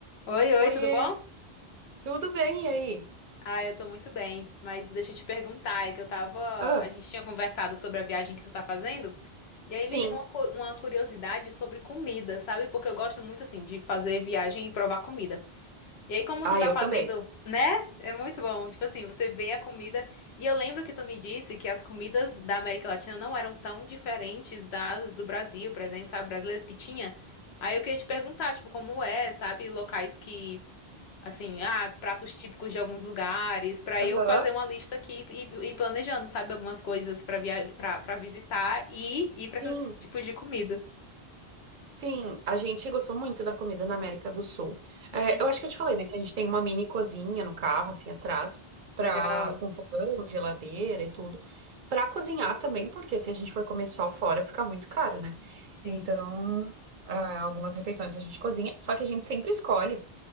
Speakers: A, on the left; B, on the right.
A: Oi, oi,
B: Oiê,
A: tudo bom?
B: tudo bem e aí?
A: Ah, eu tô muito bem, mas deixa eu te perguntar, é que eu tava,
B: Ah,
A: a gente tinha conversado sobre a viagem que tu tá fazendo, e aí
B: sim.
A: me deu uma, cu- uma curiosidade sobre comida, sabe? Porque eu gosto muito, assim, de fazer viagem e provar comida. E aí, como
B: Ah,
A: tu tá
B: eu
A: fazendo,
B: também.
A: né? É muito bom, tipo assim, você vê a comida, e eu lembro que tu me disse que as comidas da América Latina não eram tão diferentes das do Brasil, por exemplo, sabe, brasileiras que tinha. Aí eu queria te perguntar, tipo, como é, sabe, locais que Assim, ah, pratos típicos de alguns lugares, pra
B: Aham.
A: eu fazer uma
B: <laughs>
A: lista aqui e e ir planejando, sabe, algumas coisas pra via para para visitar e ir pra esses
B: Sim,
A: tipos de comida.
B: sim. A gente gostou muito da comida na América do Sul. É,
A: Uhum.
B: eu acho que eu te falei, né, que a gente tem uma mini cozinha no carro, assim, atrás, pra,
A: Legal.
B: com fogão, geladeira e tudo, pra cozinhar também, porque se a gente for comer só fora, fica muito caro, né?
A: Sim.
B: Então, ah, algumas refeições a gente cozinha, só que a gente sempre escolhe,